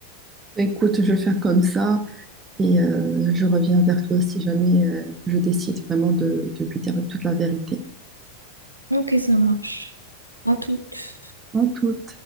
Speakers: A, on the right (about 20°); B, on the right (about 80°).
A: Écoute, je vais faire comme ça et euh, je reviens vers toi si jamais euh, je décide vraiment de, de lui dire toute la vérité.
B: Ok, ça marche. À toutes.
A: En tout